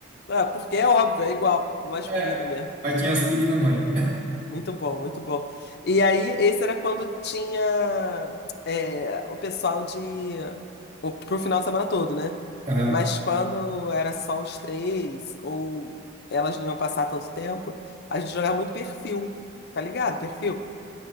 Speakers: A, on the left (about 55°); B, on the right (about 40°).
A: Ah, porque é óbvio, é igual, É uma aspirina
B: É,
A: mesmo.
B: mas tinha aspirina mãe. <laughs>
A: Muito bom, muito bom. E aí, esse era quando tinha é, o pessoal de. O, pro final de semana todo, né?
B: Aham.
A: Mas quando era só os três, ou elas não iam passar tanto tempo, a gente jogava muito perfil, tá ligado? Perfil.